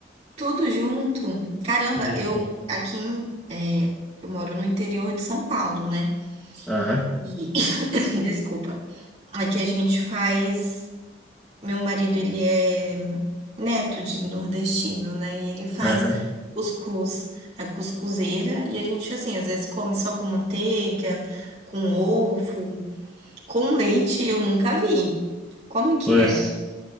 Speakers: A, on the right; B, in the centre.
A: Tudo junto? Caramba,
B: Sim,
A: eu
B: sim.
A: aqui em, é, eu moro no interior de São Paulo, né?
B: Aham,
A: E- <coughs> desculpa. Aqui a gente faz. Meu marido, ele é neto de nordestino, né? E ele faz
B: aham.
A: cuscuz na cuscuzeira. E a gente, assim, às vezes come só com manteiga, com ovo, com leite, eu nunca vi. Como que
B: Pois.
A: é?